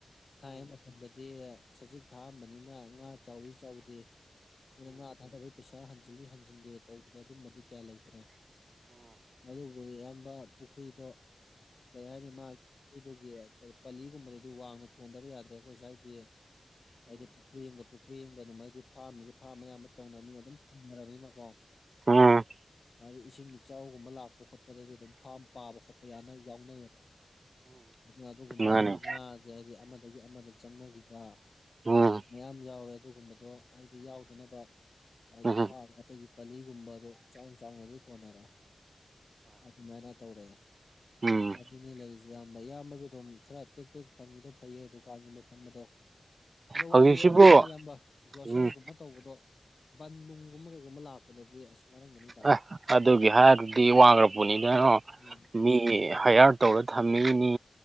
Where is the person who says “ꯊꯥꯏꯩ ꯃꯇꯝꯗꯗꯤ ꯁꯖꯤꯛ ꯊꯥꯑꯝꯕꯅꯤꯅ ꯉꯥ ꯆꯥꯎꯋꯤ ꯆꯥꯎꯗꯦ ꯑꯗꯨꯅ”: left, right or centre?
Left